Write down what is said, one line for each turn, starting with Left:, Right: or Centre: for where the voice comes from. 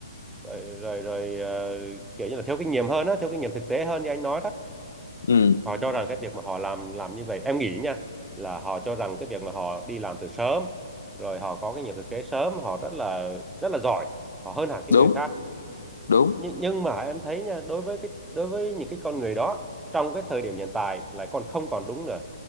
Centre: rồi rồi, rồi ờ, kiểu như là thiếu kinh nghiệm hơn á, thiếu kinh nghiệm thực tế hơn như anh nói đó.
Left: ừ
Centre: Họ cho rằng cái việc mà họ làm làm như vậy, em nghĩ nha, là họ cho rằng cái việc mà họ đi làm từ sớm rồi họ có kinh nghiệm thực tế sớm, họ rất là rất là giỏi, họ hơn hẳn cái
Left: đúng
Centre: người khác
Left: đúng
Centre: nhưng nhưng mà em thấy nha đối với cái đối với những cái con người đó trong cái thời điểm hiện tại lại còn không còn đúng nữa